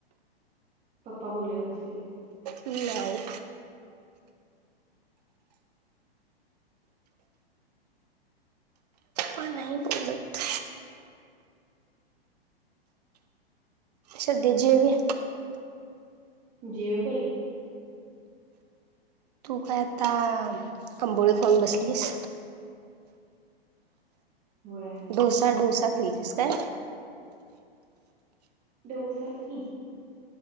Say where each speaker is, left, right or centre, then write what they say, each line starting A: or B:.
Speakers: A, on the right; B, on the right.
A: पप्पा बोलत नसतील.
B: लाव. पण नाही बोलत. सछध जे व
A: जेओबाई.
B: तू काय आता आंबोळत कोन बसलीस.
A: होय.
B: डोसा डोसा कतीस काय
A: दडोसच नाही.